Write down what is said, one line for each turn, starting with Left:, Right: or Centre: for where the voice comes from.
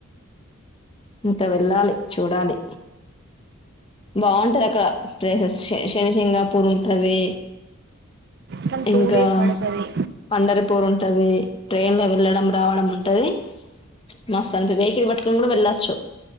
Left: ఇంకా వెళ్ళాలి. చూడాలి. బాగుంటది అక్కడ. ప్లేసెస్ శని శంగాపూర్ ఉంటది.
Right: కానీ టూ
Left: ఇంకా
Right: డేస్ పడుతది
Left: పండరిపూరు ఉంటది. ట్రైన్ లో వెళ్ళడం రావడం ఉంటది. మస్తు అంటది వెకిల్ పట్టుకని కూడా వెళ్ళస్త చ్చు